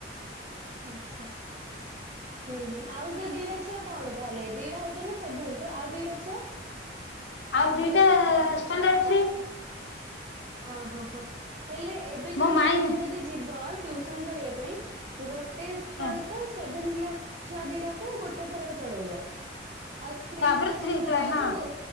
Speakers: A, on the right (about 40°); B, on the left (about 85°).
A: ଆଚ୍ଛା ହୁଁ ହୁଁ ଆଉ ଯୋଉ ଦିଟା ଛୁଆ କଣ ତାହେଲେ ଦିଟା ହଉଛନ୍ତି ସେଭେନ୍ଥ୍ ଆଉ ଦିଟା ଛୁଆ?
B: ଆଉ ଦିଟା ଷ୍ଟାଣ୍ଡାର୍ଡ ଥ୍ରି।
A: ଅହୋ ହୋ ହେଲେ ଏବେ ଯୋଉ
B: ମୋ ମାଇଁ
A: ଜଣେ ଯଦି ଯିବ ଟ୍ୟୁସନ୍ କରିବା ପାଇଁ ଗୋଟେ ସହିତ
B: ହଁ
A: ସେଭେନ୍ କ୍ଲାସ୍ ଛୁଆ ଦିଟାକୁ ଗୋଟେ ଥରରେ ପଢ଼େଇବ। ଆଉ ଥ୍ରି
B: ତାପରେ
A: କ୍ଲାସ୍
B: ଥ୍ରୀ
A: ଛୁଆ
B: କ୍ଲାସ
A: ଦିଟାକୁ ଉ